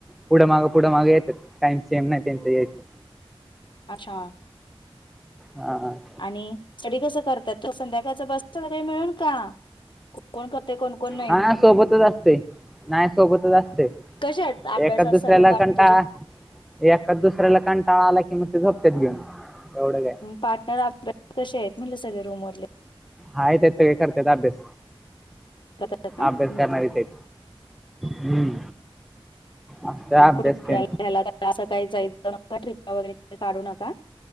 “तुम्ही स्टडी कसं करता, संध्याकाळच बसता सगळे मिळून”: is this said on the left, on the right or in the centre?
Left